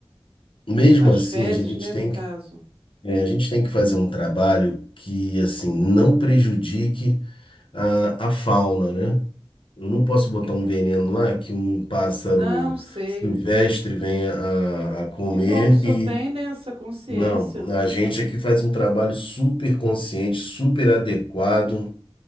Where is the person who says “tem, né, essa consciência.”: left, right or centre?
Right